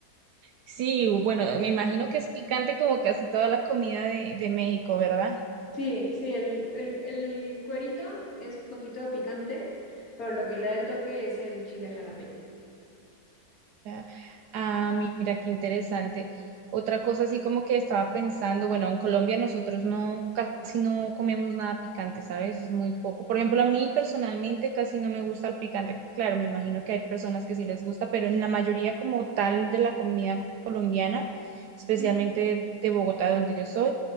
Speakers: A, on the right; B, on the left.
A: sí, bueno, me imagino que es picante como casi toda la comida de, de México, ¿verdad?
B: Sí, sí, el, el, el cuerito es poquito picante, pero lo que le da el toque es el chile jalapeño.
A: Ya. Ah, mira, qué interesante. Otra cosa así como que estaba pensando, bueno, en Colombia nosotros no, casi no comemos nada picante, ¿sabes? Es muy poco. Por ejemplo, a mí personalmente casi no me gusta el picante. Claro, me imagino que hay personas que sí les gusta, pero en la mayoría como tal de la comida colombiana, especialmente
B: Mm.
A: de Bogotá, donde yo soy,